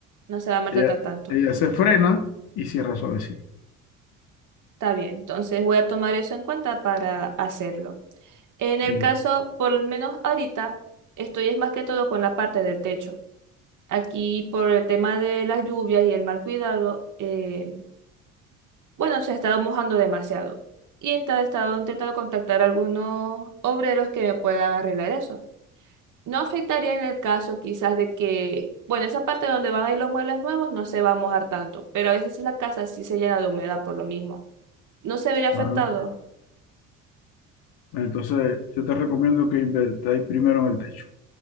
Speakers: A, on the right; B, on the left.
A: no se va a maltratar
B: ella
A: tanto.
B: ella se frena y cierra suavecito
A: Está bien, entonces voy a tomar eso en cuenta para hacerlo. En
B: sí
A: el caso, por lo menos ahorita, estoy es más que todo con la parte del techo. Aquí por el tema de las lluvias y el mal cuidado, eh, bueno, se ha estado mojando demasiado. Y ent- he estado intentando contactar a algunos obreros que me puedan arreglar eso. No afectaría en el caso quizás de que, bueno, esa parte donde van a ir los muebles nuevos no se va a mojar tanto, pero a veces la casa sí se llena de humedad por lo mismo. ¿No se vería afectado?
B: Ah, entonces yo te recomiendo que invertáis primero en el techo